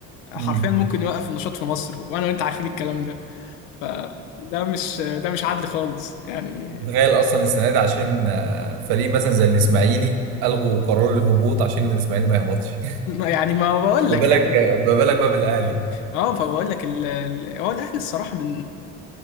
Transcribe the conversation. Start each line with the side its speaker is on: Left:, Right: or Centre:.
Left: حرفيا
Right: مم.
Left: ممكن يوقف النشاط في مصر وانا وانت عارفين الكلام ده فده مش ده مش عدل خالص يعني
Right: تخيل أصلا السنة دي عشان آه، فريق مثلا زي الإسماعيلي ألغوا قرار الهبوط عشان الإسماعيلي ما يهبطش <laughs>
Left: يعني ما بقول
Right: ما
Left: لك
Right: بالك
Left: يعني
Right: ما بالك بقى بالأهلي
Left: اه فبقول لك ال- ال- هو الاهلي الصراحه من